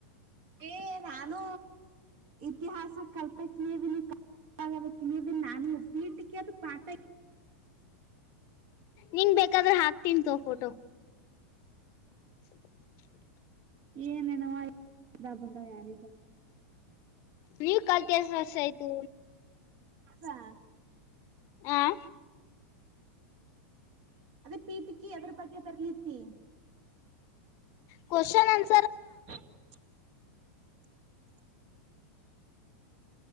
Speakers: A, on the right (about 50°); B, on the left (about 45°).
A: ಏ ನಾನು ಇತಿಹಾಸ ಕಲ್ಪಕ್ ನೀನಿ ಕಿಣಿಯದ ನಾನು ವೀಟಕ್ಕೆ ಅದು ಪತ.
B: ನಿನ್ ಬೇಕಾದ್ರೆ ಹಾಕ್ತಂತು ಫೋಟೋ. <inaudible>
A: ಏನೇನವಾ ಬಂದ ಯಾರೇ ಸತ್ತು
B: ನೀವ ಕಲ್ತಿಸ ವರ್ಷ ಆಯ್ತು.
A: ಹಾ
B: ಆಾ
A: ಅದೇ ಪೀಟಿಕಿ ಅದ್ರ ಬಗ್ಗೆ ಬರ್ಲಿತಿ.
B: ಕವಶನ್ ಅಂದ
A: <inaudible>